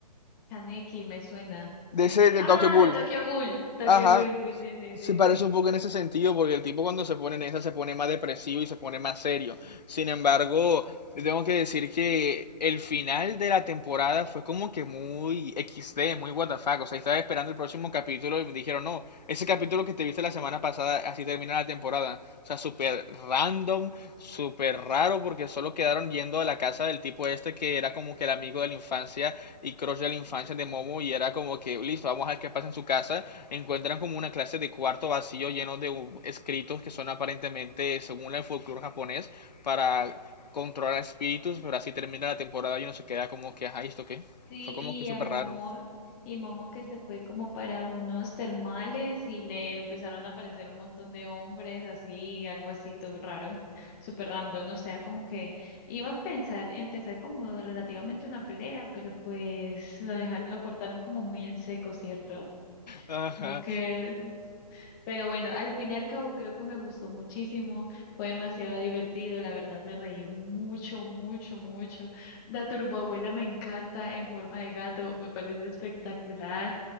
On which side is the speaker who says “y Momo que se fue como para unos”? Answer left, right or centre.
Left